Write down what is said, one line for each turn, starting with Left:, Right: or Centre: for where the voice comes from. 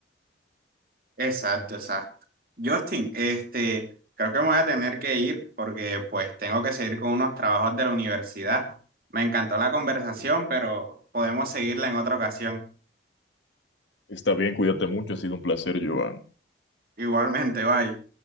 Right: Exacto, exacto. Justin, este, creo que me voy a tener que ir porque pues tengo que seguir con unos trabajos de la universidad. Me encantó la conversación, pero podemos seguirla en otra ocasión.
Left: Está bien, cuídate mucho, ha sido un placer, Joan.
Right: Igualmente, bye.